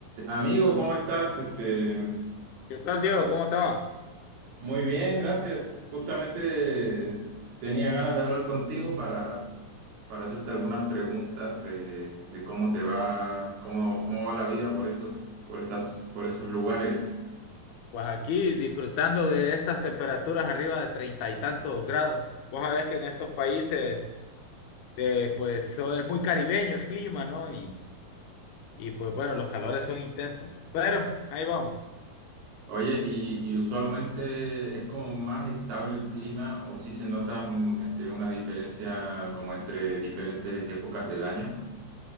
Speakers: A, on the right (about 85°); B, on the left (about 85°).
A: Amigo, ¿cómo estás? Este,
B: ¿Qué tal, Diego? ¿Cómo te va?
A: muy bien, gracias. Justamente tenía ganas de hablar contigo para, para hacerte algunas preguntas de, de cómo te va, cómo, cómo va la vida por esos, por esas, por esos lugares.
B: Pues aquí disfrutando de estas temperaturas arriba de treinta y tantos grados. Vos sabés que en estos países, eh, pues so- es muy caribeño el clima, ¿no? Y, y pues bueno, los calores son intensos. Pero ahí vamos.
A: Oye, y, y usualmente es como más estable el clima o si se nota mm, este, una diferencia como entre diferentes épocas del año.